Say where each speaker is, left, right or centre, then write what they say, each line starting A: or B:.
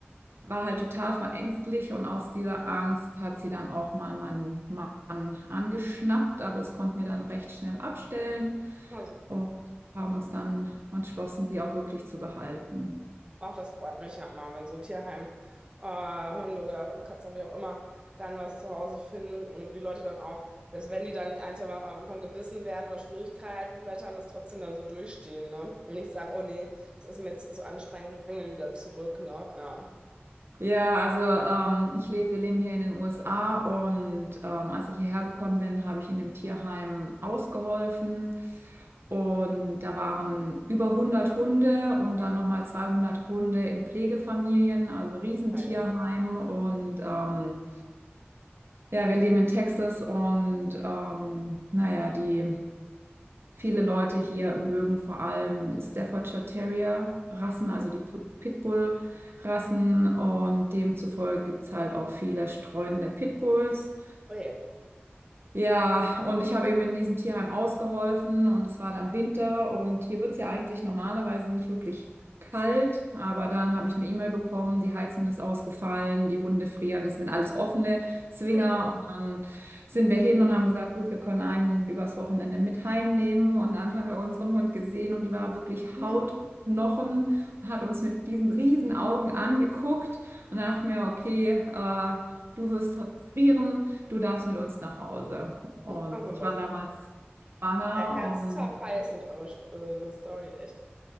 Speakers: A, on the right; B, on the right.
A: war halt total verängstigt und aus dieser Angst hat sie dann auch mal meinen Mann angeschnappt, aber das konnten wir dann recht schnell abstellen
B: Ah, super.
A: und haben uns dann entschlossen, sie auch wirklich zu behalten.
B: Auch das freut mich ja immer, wenn so Tierheim, äh, Hunde oder Katzen, wie auch immer, dann was zu Hause finden, wo die Leute dann auch, selbst wenn die dann ein, zwei Mal am Anfang gebissen werden oder Schwierigkeiten vielleicht haben, das trotzdem dann so durchstehen, ne? Und nicht sagen, oh nee, das ist mir jetzt hier zu anstrengend, wir bringen den wieder zurück, ne? Ja.
A: Ja, also ähm, ich lebe, wir leben hier in den USA und ähm, als ich hierher gekommen bin, habe ich in dem Tierheim ausgeholfen und da waren über hundert Hunde und dann nochmal 200 Hunde in Pflegefamilien, also Riesentierheim
B: Oje.
A: und ähm, ja, wir leben in Texas und ähm, naja, die Viele Leute hier mögen vor allem Staffordshire Terrier Rassen, also
B: Mhm.
A: die Put- Pitbull Rassen und demzufolge gibt es halt auch viele streunende Pitbulls.
B: Oje.
A: Ja, und ich habe eben in diesem Tierheim ausgeholfen und es war dann Winter und hier wird's ja eigentlich normalerweise nicht wirklich kalt, aber dann habe ich eine E-Mail bekommen, die Heizung ist ausgefallen, die Hunde frieren, das sind alles offene Zwinger
B: <clears throat>
A: und dann sind wir hin und haben gesagt, gut, wir können einen übers Wochenende mit heimnehmen und dann haben wir unseren Hund gesehen und die war wirklich
B: <laughs>
A: Haut und Knochen und hat uns mit diesen riesen Augen angeguckt und dann dachten wir, okay, äh, du wirst heute frieren du darfst mit uns nach Hause. Und
B: Also
A: ich
B: was.
A: war damals schwanger
B: Der Herz
A: und
B: zerreißend, eure Sto- äh, Story, echt.